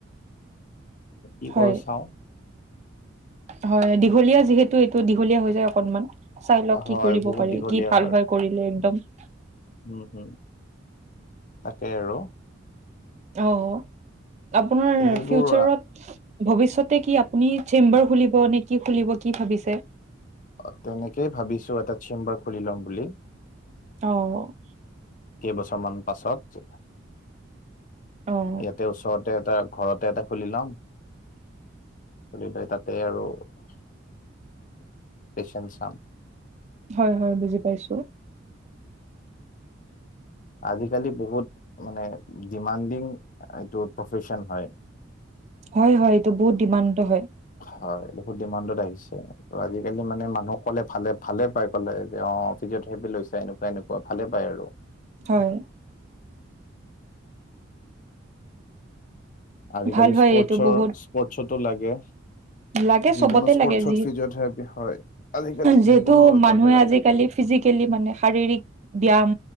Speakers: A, on the left (about 40°); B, on the right (about 35°).
A: কি
B: হয়
A: কৰো চাওঁ
B: হয় দীঘলীয়া যিহেতু এইটো দীঘলীয়া হৈ যায় অকণমান চাই লওক কি
A: হয়
B: কৰিব
A: বহুত
B: পাৰি
A: দীঘলীয়া
B: কি ভাল হয় কৰিলে একদম
A: হয় হয় তাকে আৰু
B: অ আপোনাৰ
A: এইবোৰ
B: ফিউচাৰত ভৱিষ্যতে কি আপুনি চেম্বাৰ খুলিব নে? কি খুলিব কি ভাবিছে?
A: অ তেনেকেই ভাবিছো এটা চেম্বাৰ খুলি ল'ম বুলি।
B: অ
A: কেইবছৰ মান পাছত
B: অ',
A: ইয়াতে ওচৰতে এটা ঘৰতে এটা খুলি লম তুলি লৈ তাতে আৰু পেচেণ্ট চাম
B: হয় হয় বুজি পাইছোঁ
A: আজিকালি বহুত মানে ডিমাণ্ডিং এইটো প্ৰফেশচন হয়
B: হয় হয় এইটো বহুত ডিমাণ্ডটো হয়
A: হয় বহুত ডিমাণ্ডত আহিছে ত আজিকালি মানে মানুহক কলে ভালে ভালে পায় কলে যে অ <unintelligible> লৈছা এনেকুৱা এনেকুৱা ভালে পায় আৰু
B: হয়
A: আজিকালি
B: ভাল হয়
A: স্পৰ্টছৰ
B: এইটো বহুত
A: স্পৰ্টছতো লাগে
B: লাগে
A: যিকোনো
B: চবতে
A: স্পৰ্টছত
B: লাগে যি
A: ফিজিঅথেৰাপি হয় আজিকালি
B: যিহেতু
A: যিকোনো এটা
B: মানুহে
A: জেগাত
B: আজিকালি
A: লাগে
B: ফিজিকেলি মানে শাৰীৰিক ব্যায়াম